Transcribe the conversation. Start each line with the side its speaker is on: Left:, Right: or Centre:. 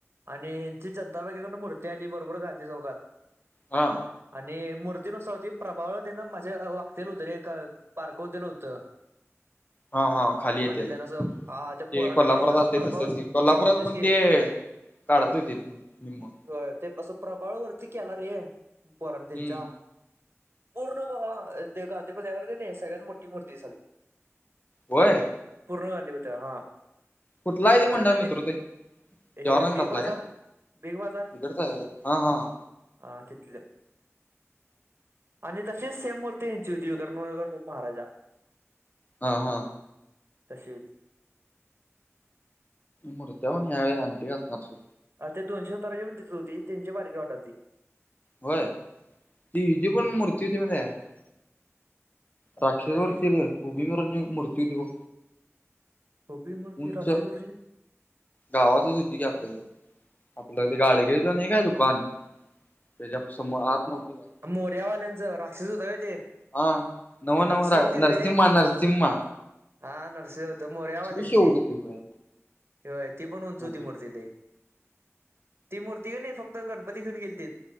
Right: आणि ची चंद जनता बँकेकडून मूर्ती आली बरोबर गांधी चौकात
Left: हा.
Right: आणि मूर्ती कशी होती प्रभावळते न माझ्या वागते होत रे पार्कव हुतेल होतं.
Left: हा हा खाली येतेल
Right: आणि त्यानं
Left: ते
Right: असं हा त्या पोरांनी
Left: कोल्हापुरात
Right: मागं असं
Left: असतय
Right: प्रभावळ
Left: तस कि, कोल्हापुरात
Right: तेच
Left: पण
Right: की
Left: ते <unintelligible> निम्म
Right: वय ते अस प्रभाळ वरती केला रे पोरांनी
Left: हम्म
Right: त्यांच्या पूर्ण भावा ते गांधी पुतळ्या कड कणी सगळ्यात मोठी मूर्ती दिसालती.
Left: होय?
Right: पूर्ण गांधी पुतळा हा.
Left: कुठल हाय ते
Right: त्यात
Left: मंडळ
Right: आणि
Left: मित्रोदय ते
Right: हे
Left: जवाहर नगरातल
Right: बिग बाजार
Left: हाय काय?
Right: बिग बाजार
Left: तीकडचां हाय होय? हा हा.
Right: हा तिथलं आणि तसिच सेम मूर्ती हेंची होती <unintelligible> महाराजा.
Left: हा हा.
Right: तशी होती.
Left: मुर्त्या पण ह्या वेळी आँटिक असणार सोड.
Right: अर ते दोनसे सुतारांची पण तिथच होती तेनची बारकी वाटल ती.
Left: होय, ती हिजी पण मूर्ती होती माहिती हाय काय? राक्षस
Right: कोणाची
Left: वर फिरून उभी वर एक मूर्ती होती बघ.
Right: उभी मूर्ती
Left: उंच
Right: राक्षसवरची
Left: गावातच होती कि आपल्या इथ, आपलं ते गाडगिळ च नाही काय दुकान? त्याच्या समोर आत नव्हती काय?
Right: मोरयावाल्यांचं राक्षस होत होय ते
Left: हा नव
Right: ए, नरसिंह
Left: नव रा
Right: होतीत
Left: नरसिम्हा
Right: रे
Left: नरसिंम्हा.
Right: हा नरसिम्हा होत, मोरयावाल्यांची,
Left: शेवट होती होय
Right: ती होय ती पण उंच होती
Left: उभी
Right: मूर्ती लय. ती मूर्ती कणी फक्त गणपती घेऊन गेलतीत.